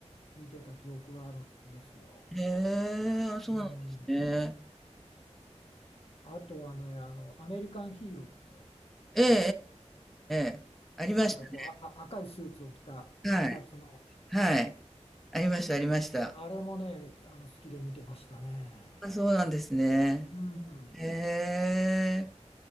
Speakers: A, on the left; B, in the centre.
A: 見てた記憶があるんですよ。
B: へえ、あ、そうなんですね。
A: うん。あとはね、あの、アメリカンヒーローって、
B: ええええええええ。ありましたね。
A: なんかこう、あ、あ赤いスーツを着た金髪の、
B: はい。はい。ありましたありました。
A: あれもね、あの、好きで見てましたね。
B: あ、そうなんですね。
A: うん。
B: へえ。